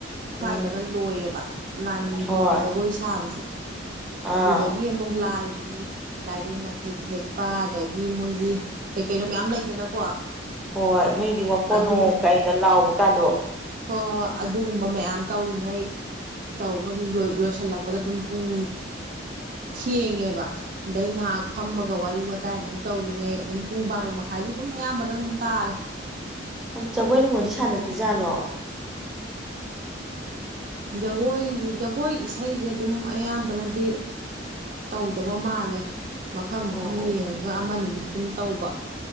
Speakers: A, on the right; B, in the centre.
A: ꯁ꯭ꯋꯥꯏꯗꯒ
B: ꯎꯝ
A: ꯂꯣꯏꯌꯦꯕ ꯂꯥꯏ ꯅꯨꯡꯗꯤꯟꯒꯤ
B: ꯍꯣꯏ
A: ꯖꯒꯣꯏ ꯁꯥꯕꯁꯦ
B: ꯑꯥ
A: ꯑꯗꯨꯗꯒꯤ ꯑꯃꯨꯛ ꯂꯥꯏ ꯂꯥꯏꯔꯦꯟ ꯃꯊꯦꯛ ꯊꯦꯛꯄ ꯑꯗꯒꯤ ꯃꯣꯏꯒꯤ ꯀꯩꯀꯩꯅꯣ ꯃꯌꯥꯝ ꯂꯩꯗꯅꯀꯣ
B: ꯍꯣꯏ ꯃꯣꯏꯗꯤ ꯋꯥꯀꯣꯟꯅꯣ
A: ꯑꯗꯨ
B: ꯀꯥꯏꯅ ꯂꯥꯎꯕꯀꯥꯗꯣ
A: ꯍꯣꯏ ꯍꯣꯏ ꯑꯗꯨꯒꯨꯝꯕ ꯃꯌꯥꯝ ꯇꯧꯔꯤꯉꯩ ꯇꯧꯕ ꯂꯣꯏꯁꯤꯜꯂꯛꯄꯗ ꯑꯗꯨꯝ ꯄꯨꯡ ꯊꯦꯡꯉꯦꯕ ꯑꯗꯩ ꯉꯍꯥꯛ ꯐꯝꯃꯒ ꯋꯥꯔꯤ ꯋꯥꯇꯥꯏ ꯑꯃꯨꯛ ꯇꯧꯔꯤꯉꯩ ꯑꯗꯨꯝ ꯄꯨꯡ ꯕꯥꯔꯣ ꯃꯈꯥꯏꯗꯤ ꯑꯗꯨꯝ ꯑꯌꯥꯝꯕꯅ ꯑꯗꯨꯝ ꯇꯥꯔꯦ
B: ꯖꯒꯣꯏ ꯅꯨꯡꯒꯣꯏꯗꯤ ꯁꯥꯟꯅꯗꯖꯥꯠꯂꯣ
A: ꯖꯒꯣꯏ ꯖꯒꯣꯏ ꯏꯁꯩꯁꯦ ꯑꯗꯨꯝ ꯑꯌꯥꯝꯕꯅꯗꯤ ꯇꯧꯗꯕ ꯃꯥꯜꯂꯦ ꯃꯐꯝ
B: ꯑꯣ
A: ꯃꯐꯝ
B: ꯑꯣ
A: ꯌꯦꯡꯉꯒ ꯑꯃꯅꯤꯕꯨꯗꯤ ꯑꯗꯨꯝ ꯇꯧꯕ